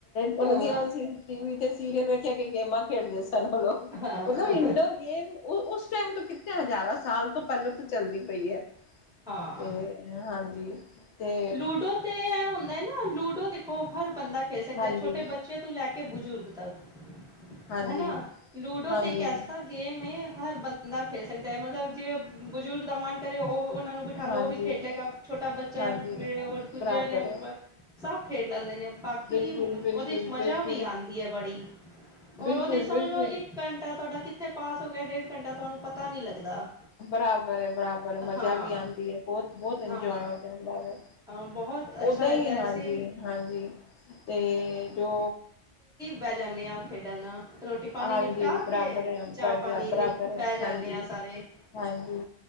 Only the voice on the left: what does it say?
ਉਹਨਾਂ
ਦੀਆਂ ਅਸੀ ਟੀ ਵੀ ਤੇ ਸੀਰੀਅਲ ਵੇਖੇ ਆ ਕੇ ਗੇਮਾਂ ਖੇਡਦੇ ਸਨ, ਉਹ ਲੋਕ,
ਮਤਲਬ ਇੰਡੋਰ ਗੇਮ ਉਹ ਉਸ ਟਾਈਮ ਤੋਂ ਕਿੱਥੇ ਹਜ਼ਾਰਾਂ ਸਾਲ ਤੋਂ ਪਹਿਲੋਂ ਤਾਂ ਚੱਲਦੀ ਪਈ ਹੈ
ਤੇ ਹਾਂਜੀ। ਤੇ
ਹਾਂਜੀ
ਹਾਂਜੀ
ਹਾਂਜੀ
ਹਾਂਜੀ
ਹਾਂਜੀ
ਬਰਾਬਰ
ਹੈ
ਬਿਲਕੁਲ ਬਿਲਕੁਲ
ਬਿਲਕੁਲ
ਬਿਲਕੁਲ
ਬਿਲਕੁਲ
ਬਰਾਬਰ ਹੈ ਬਰਾਬਰ ਮਜਾ
ਵੀ ਆਉਂਦੀ ਹੈ, ਬਹੁਤ-ਬਹੁਤ ਇੰਜੋਏ
ਇੰਜੋਏ ਹੋ ਜਾਂਦਾ ਵੇ।
ਓਦਾਂ
ਹੀ,
ਹਾਂਜੀ-ਹਾਂਜੀ
ਤੇ ਜੋ
ਹਾਂਜੀ
ਬਰਾਬਰ
ਹੈ
ਬਰਾਬਰ
ਹੈ
ਹਾਂਜੀ
ਹਾਂਜੀ।